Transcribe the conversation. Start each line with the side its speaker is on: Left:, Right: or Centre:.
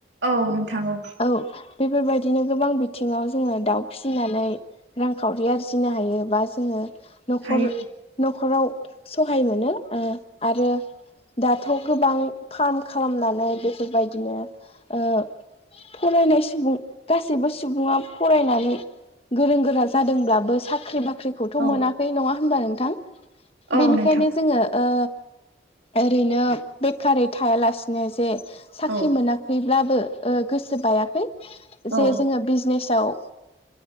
Right: औ नोंथां औ
Left: औ बेफोरबायदिनो गोबां बिथिङाव जोङो दाउ फिसिनानै रांखावरि आरजिनो हायो बा जोङो न'खर
Right: हायो
Left: न'खराव सहाय मोनो ओ आरो दाथ गोबां फार्म खालामनानै बेफोरबायदिनो ओ फरायनाय सुबुं गासैबो सुबुङा फरायनानै गोरों गोरा जादोंब्लाबो साख्रि बाख्रि खौथ
Right: औ
Left: मोनाखै नङा होनबा नोंथां
Right: औ
Left: बेनिखायनो
Right: नोंथां
Left: जोङो ओ ओरैनो बेखारै थायालासिनो जे साख्रि
Right: औ
Left: मोना‌ खैब्लाबो ओ गोसो बायाखै
Right: औ
Left: जे जोङो बिजनेसाव